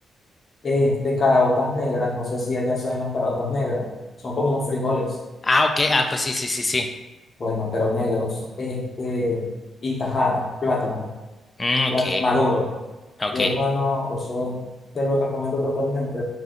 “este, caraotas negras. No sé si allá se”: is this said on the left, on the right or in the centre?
Left